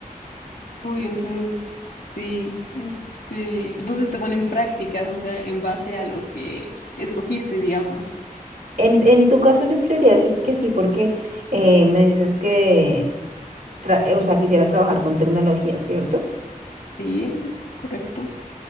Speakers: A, on the left (about 80°); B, on the right (about 80°).
A: Uy, entonces, sí, este, entonces te ponen prácticas, o sea, en base a lo que escogiste, digamos.
B: En, en tu caso yo creería sí que sí, porque eh, me dices que, tra- eh, o sea, quisieras trabajar con tecnología, ¿cierto?
A: Sí, correcto.